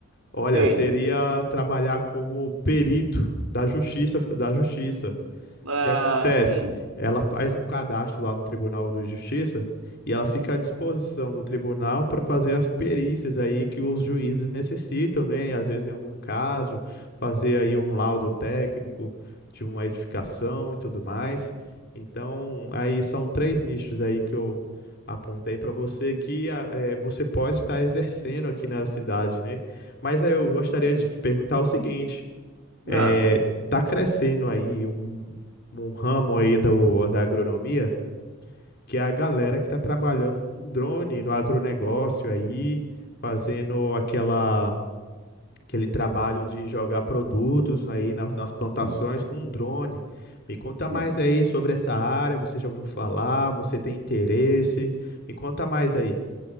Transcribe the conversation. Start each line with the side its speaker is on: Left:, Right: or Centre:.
Left: olha,
Right: Sei.
Left: seria trabalhar como perito da justiça, da justiça.
Right: Ah,
Left: O que acontece?
Right: sim.
Left: Ela faz um cadastro lá no Tribunal de Justiça e ela fica à disposição do tribunal para fazer as perícias aí que os juízes necessitam, né? E às vezes, em algum caso, fazer aí um laudo técnico de uma edificação e tudo mais. Então, aí são três nichos aí que eu apontei para você que a- eh, você pode estar exercendo aqui na cidade, né? Mas aí eu gostaria de te perguntar o seguinte é,
Right: Ah,
Left: tá crescendo aí um, um ramo aí do, da agronomia, que é a galera que tá trabalhando com drone no agronegócio aí, fazendo aquela, aquele trabalho de jogar produtos aí nas, nas plantações
Right: sim,
Left: com drone. Me conta
Right: sim.
Left: mais aí sobre essa área, você já ouviu falar, você tem interesse? Me conta mais aí.